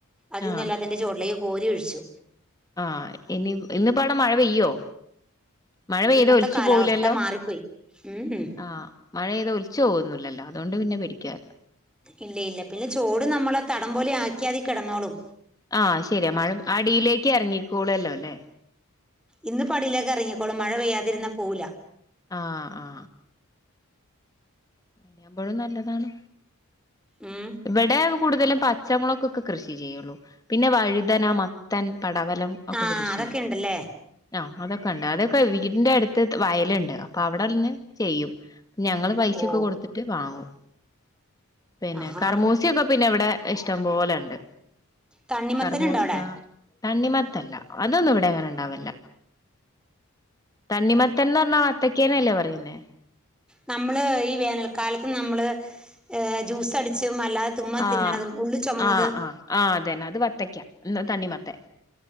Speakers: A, in the centre; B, on the left.
A: അതിന്ന്
B: ആഹ്
A: എല്ലാത്തിന്റേം ചോട്ടിലേക്ക് കോരി ഒഴിച്ചു
B: ആഹ്, ഇനി ഇന്നിപ്പവിടെ മഴ പെയ്യോ? മഴ പെയ്ത
A: ഇന്നത്തെ
B: ഒലിച്ചു
A: കാലാവസ്ഥ
B: പോവൂലെല്ലോ,
A: മാറിപ്പോയി ഉം ഉം
B: ആഹ് മഴെയ്താ ഒലിച്ച് പോകന്നില്ലല്ലോ അതൊണ്ട് പിന്നെ പേടിക്കാനില്ല.
A: ഇല്ല ഇല്ല പിന്നെ ചോട് നമ്മളെ തടം പോലെ ആക്കിയാലതി കെടന്നോളും.
B: ആഹ് ശരിയാ മഴ അടിയിലേക്ക് എറങ്ങിക്കൂളല്ലോ ല്ലേ.
A: ഇന്ന്പ്പടിയിലേക്കെറങ്ങിക്കോളും മഴ പെയ്യാതിരുന്നാ പോവൂല.
B: ആഹ്, ആഹ് നിയുമ്പോഴും നല്ലതാണ്
A: ഉം
B: ഇവിടെ കൂടുതലും പച്ചമുളകൊക്കെ കൃഷി ചെയ്യുള്ളൂ. പിന്നെ വഴുതന, മത്തൻ, പടവലം. ഒക്കെ
A: ആഹ്
B: കൃഷി
A: അതൊക്കെ
B: ചെയ്യും.
A: ഉണ്ടല്ലേ
B: ആഹ് അതൊക്കെ ഉണ്ട് അതൊക്കെ വീടിന്റെ അടുത്ത് വയലുണ്ട്. അപ്പൊ അവിടെന്ന് ചെയ്യും ഞങ്ങള് പൈസയൊക്കെ
A: ഓ
B: കൊടുത്തിട്ട് വാങ്ങും. പിന്നെ
A: ആഹാ
B: കൃഷിയൊക്കെ പിന്നെ ഇവിടെ ഇഷ്ടം പോലെണ്ട്
A: തണ്ണിമത്തൻ
B: കറമൂസ.
A: ഉണ്ടോ അവിടെ
B: തണ്ണിമത്തല്ല അതൊന്നും ഇവിടെ അങ്ങനെ ഉണ്ടാവലില്ല. തണ്ണിമത്തൻ എന്ന് പറഞ്ഞാൽ വത്തക്കേനെ അല്ലേ പറയുന്നെ
A: നമ്മള് ഈ വേനൽക്കാലത്ത് നമ്മള് ജ്യൂസ് അടിച്ചും അല്ലാതെ ചുമ്മാ
B: ആഹ്
A: തിന്നണതും ഉള്ള് ചോമന്നത്-
B: ആഹ് ആഹ് അത് തന്നെ അത് വത്തെയ്ക്ക ഇത് തണ്ണിമത്തൻ